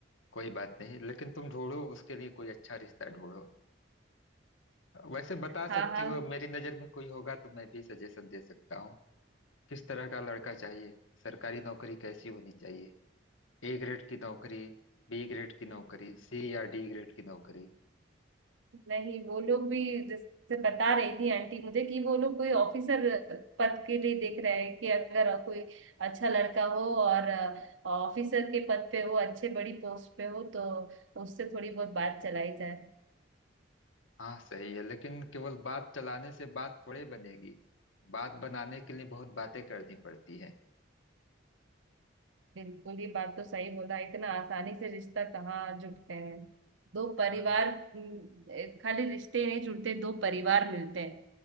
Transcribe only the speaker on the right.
हाँ
हाँ
नहीं वो लोग भी जैसे बता रही थी आंटी मुझे कि वो लोग कोई ऑफिसर पद के लिए देख रहे हैं कि अगर कोई अच्छा लड़का हो और ऑफिसर के पद पे हो अच्छे बड़ी पोस्ट पे हो तो उससे थोड़ी बहुत बात चलाई जाए
बिल्कुल ये बात तो सही बोला इतना आसानी से रिश्ता कहाँ जुड़ते हैं दो परिवार
हम्म, खाली रिश्ते ही नहीं जुड़ते दो परिवार मिलते हैं